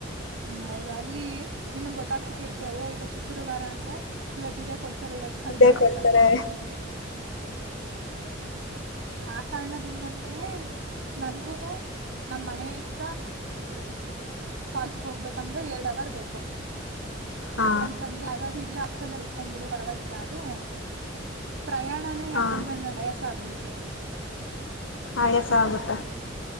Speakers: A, on the right (about 75°); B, on the left (about 80°).
A: ಹೌದಾ ಅಲ್ಲಿ ನಿಮಗೆ ಗೊತ್ತಾಗಿ ಬಿಟ್ಟಿರುತ್ತೆ ಇವತ್ತು ಶುಕ್ರವಾರ ಇವತ್ತಿದೆ ಸಂಜೆ
B: ಇದೇ ಕೊಡ್ತಾರೆ
A: ಅಂತ ಆ ಕಾರಣದಿಂದನೇ ನನಗೂನು ನಮ್ಮ ಮನೆಯಿಂದ ಕಾಲೇಜ್ ಹೋಗಬೇಕೆಂದರೆ ಎರಡು ಅವರ್ ಬೇಕು
B: ಹಾ
A: ಅಂತಂದ ಇಲ್ಲೇ ಹಾಸ್ಟೆಲ್ಲೆ ಆಗಲಿಲ್ಲ ಅಂತ ಅಂದ್ರು ಪ್ರಯಾಣನೇ
B: ಹಾ
A: ಯಾಕಂದ್ರೆ ವಯಸ್ಸಾಗ್ಬಿಡುತ್ತೆ
B: ಆಯಾಸಗುತ